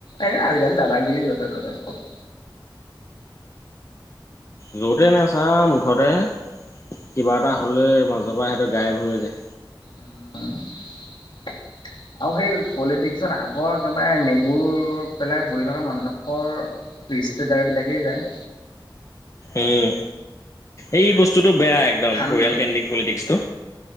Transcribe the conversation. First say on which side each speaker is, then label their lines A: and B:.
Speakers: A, on the left (about 70°); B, on the left (about 35°).
A: এই আজিকালি দাদাগিৰি য'তে ত'তে কলো
B: যৌতে নাই চা মুঠতে কিবা এটা হলে মাজৰ পৰা সিহটো গাইভ হৈ যায়।
A: আৰু সেই পলিটিক। তাৰপিছত আগৰ একেবাৰে নেগুৰ পেলাই বহি থকা মানুহবিলাকৰ, ৰিস্তদাৰ বিলাকেই যায়।
B: উম এই বস্তুতটো বেয়া একদম
A: খানদানী
B: পৰিয়াল কেন্দ্ৰিক পলিটিক্স টো,